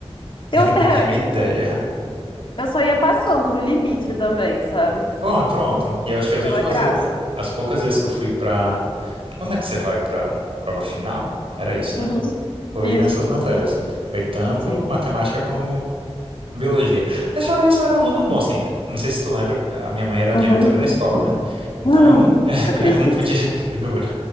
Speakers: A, on the left (about 50°); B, on the right (about 60°).
A: Eu,
B: Eu não
A: <laughs>
B: tenho
A: é,
B: ideia.
A: pois é. Eu só ia passando no limite também, sabe?
B: Bom, pronto. E eu acho que as
A: Pela
B: últimas,
A: graça.
B: ve- as poucas vezes que eu fui pra. Quando é que você vai pra prova final? Era isso,
A: Uhum.
B: né? Foi
A: Isso,
B: nessas
A: tipo
B: matérias.
A: isso.
B: Foi tanto
A: Sim.
B: matemática como Biologia. Mas fora isso, eu era aluno bom, assim. Não sei se tu lembra, a minha mãe era a
A: Uhum.
B: diretora da escola, né? Então
A: Ah, não
B: eu não, <laughs>
A: acredito.
B: eu não podia, <laughs> juro.